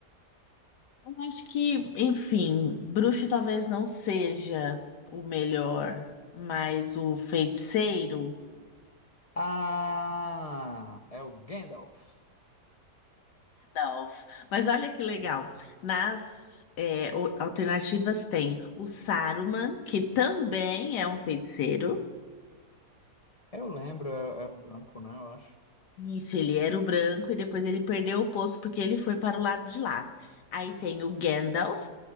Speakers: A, on the left; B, on the left.
A: Eu acho que, enfim, bruxo talvez não seja o melhor, mas o feiticeiro.
B: Ah, é o Gandalf.
A: Gandalf. Mas olha que legal. Nas é, o- alternativas tem o Saruman, que também é um feiticeiro.
B: Eu lembro, é, é o branco, né? Eu acho.
A: Isso, ele era o branco e depois ele perdeu o posto porque ele foi para o lado de lá. Aí tem o Gandalf,